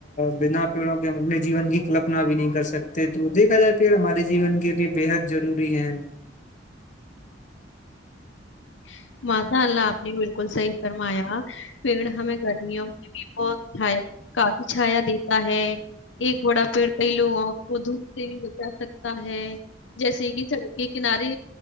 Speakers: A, on the left; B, on the left.
A: بنا پیڑوں کے ہم اپنے جیون کی کلپنا بھی نہیں کر سکتے تو دیکھا جائے پیڑ ہمارے جیون کے لیے بےحد ضروری ہے۔
B: ہ <inaudible> ماشا اللہ آپ نے بالکل صحیح۔ فرمایا۔ پیڑ ہمیں گرمیوں میں بھی بہت چھایا کافی چھایا دے۔ تا ہے ایک بڑا پیڑ۔ کئی لوگوں کو دوپ سے بھی بچا۔ سکتا ہے جیسے کہ سڑک کے کنارے